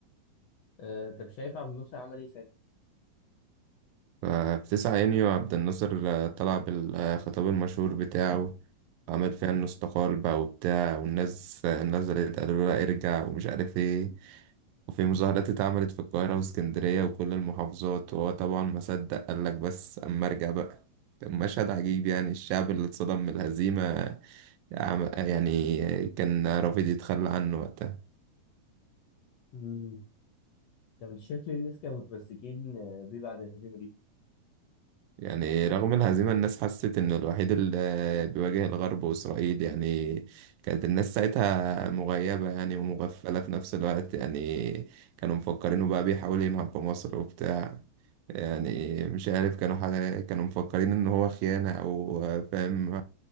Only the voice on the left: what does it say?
آه طب شايف عبد الناصر عمل إيه ساعتها؟
امم طب أنت شايف ليه الناس كانوا متمسكين آه، بيه بعد الهزيمة دي؟